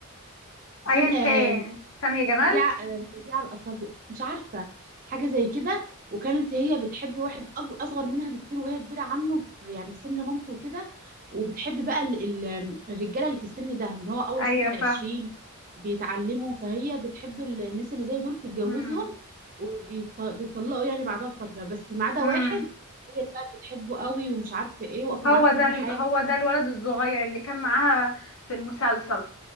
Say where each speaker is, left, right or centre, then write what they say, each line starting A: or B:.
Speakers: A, on the right (about 40°); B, on the left (about 70°).
A: سامي
B: ايا
A: آه،
B: كان سامية جمال
A: سريعة آه، سريعة الأصابع مش عارفة حاجة زي كده وكانت هي بتحب واحد أج- أصغر منها بكتير وهي كبيرة عنه في- يعني في سن مامته وكده وبتحب بقى ال- ال- الرجالة اللي في السن ده اللي هو أول
B: ايوه
A: سن العشرين
B: فاهم
A: بيتعلموا فهي بتحب ال- الناس اللي زي دول بتتجوزهم
B: امم
A: وبيطلقوا يعني بعدها بفترة بس ما عدا
B: امم
A: واحد هي بقى بتحبه قوي ومش عارفة ايه واقفة
B: هو
A: معاه في كل
B: ده ال...
A: حاجة
B: هو ده الولد الصغير اللي كان معاها في المسلسل